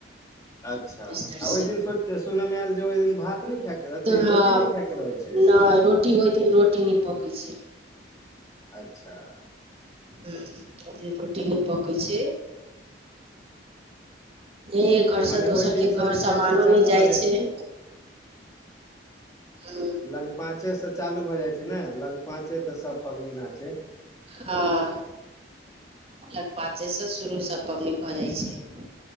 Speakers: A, on the left (about 20°); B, on the right (about 30°).
A: अच्छा
B: बिस्तर
A: आ
B: से
A: ओहि दिनो सुनयमे आयल जे ओहि दिन भात नहि खायके अथि
B: हँ
A: रोटी नहि खायके रहै छै
B: नहि रोटी ओहि दिन रोटी नहि पकै छै
A: अच्छा
B: ह ओय दिन रोट नै पकै छै ए घर
A: तऽ मने
B: से दोसर
A: ओहि दिनसँ
B: के घर
A: जे
B: सामानो
A: छै से चालू
B: नहि जाइ
A: भऽ
B: छै हा
A: लग पाचे से चालू भए जाय छै ने लग पाचे ते सब पबनी ना छै
B: हाँ लगपाचे सँ शुरू सभ पाबनी भऽ जाइत छै